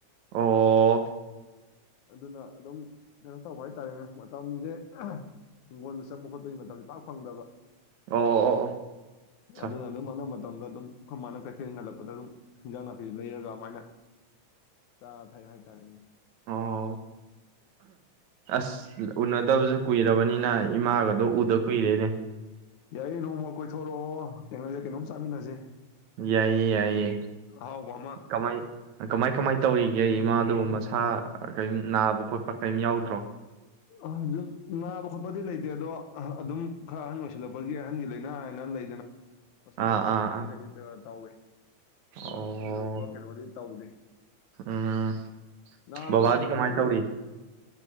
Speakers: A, on the right (about 75°); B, on the left (about 80°).
A: ꯑꯣ ꯑꯣ
B: ꯑꯗꯨꯅ ꯑꯗꯨꯝ ꯀꯩꯅꯣ ꯇꯧꯕ ꯍꯥꯏꯇꯥꯔꯦꯅꯦ ꯃꯇꯝꯁꯦ ꯍꯤꯡꯒꯣꯜꯗ ꯆꯪꯕ ꯈꯣꯠꯄꯒꯤ ꯃꯇꯝꯁꯦ ꯄꯥꯛ ꯐꯪꯗꯕ
A: ꯑꯣ ꯑꯣ ꯑꯆꯥ
B: ꯑꯗꯨ ꯅ ꯅꯕ ꯃꯇꯝꯗ ꯑꯗꯨꯝ ꯈꯨ ꯃꯥꯅ ꯀꯩꯊꯦꯜ ꯏ ꯍꯜꯂꯛꯄꯗ ꯑꯗꯨꯝ ꯍꯤꯟꯖꯥꯡ ꯅꯥꯄꯤ ꯂꯩꯔꯒ ꯑꯗꯨꯃꯥꯏꯅ ꯆꯥ ꯊꯛ ꯍꯥꯏꯇꯥꯔꯦꯅꯦ
A: ꯑꯣ ꯑꯁ ꯎꯅꯗꯕꯁꯨ ꯀꯨꯏꯔꯕꯅꯤꯅ ꯏꯃꯥꯒꯗꯣ ꯎꯗ ꯀꯨꯏꯔꯦꯅꯦ
B: ꯌꯥꯏꯌꯦ ꯅꯣꯡꯃ ꯀꯣꯏꯊꯣꯔꯛꯑꯣ ꯀꯩꯅꯉꯣꯁꯦ ꯀꯩꯅꯣꯝ ꯆꯥꯃꯤꯟꯅꯁꯦ
A: ꯌꯥꯏꯌꯦ ꯌꯥꯏꯌꯦ
B: ꯑꯍꯥꯎꯕ ꯑꯃ
A: ꯀꯃꯥꯏ ꯀꯃꯥꯏ ꯀꯃꯥꯏ ꯇꯧꯔꯤꯒꯦ ꯑꯩ ꯏꯃꯥꯗꯨ ꯃꯁꯥ ꯀꯔꯤꯝ ꯅꯥꯕ ꯈꯣꯠꯄ ꯀꯔꯤꯝ ꯌꯥꯎꯗ꯭ꯔꯣ
B: ꯝ ꯅꯥꯕ ꯈꯣꯠꯄꯗꯤ ꯂꯩꯇꯦ ꯑꯗꯣ ꯑꯗꯨꯝ ꯈꯔ ꯑꯍꯟ ꯑꯣꯏꯁꯤꯜꯂꯛꯄꯒꯤ ꯑꯍꯟꯒꯤ ꯂꯥꯏꯅꯥ ꯍꯥꯏꯅ ꯂꯩꯗꯅ ꯃꯁꯥ
A: ꯑꯥ
B: ꯑꯃꯃꯨꯗꯤ
A: ꯑꯥ ꯑꯥ
B: ꯇꯧꯋꯦ <unintelligible>
A: ꯑꯣ
B: ꯊꯔꯄꯥ ꯀꯩꯅ ꯋꯥꯔꯤꯗꯤ ꯇꯧꯗꯦ
A: ꯎꯝ
B: ꯕꯒ
A: ꯕꯕꯥꯗꯤ
B: ꯁꯒꯣꯠꯇ꯭ꯔꯦꯗ
A: ꯀꯃꯥꯏ ꯇꯧꯔꯤ